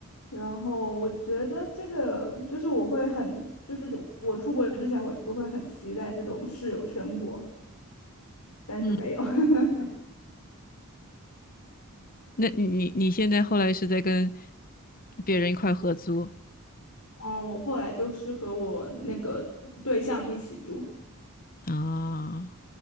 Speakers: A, on the left; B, on the left.
A: 然后我觉得这个就是我会很，就是我出国之前我就会很期待这种室友生活，但是没有。
B: 嗯，
A: <laughs>
B: 那你你你现在后来是在跟别人一块合租
A: 嗯，我后来就是和我那个对象一起住，
B: 啊？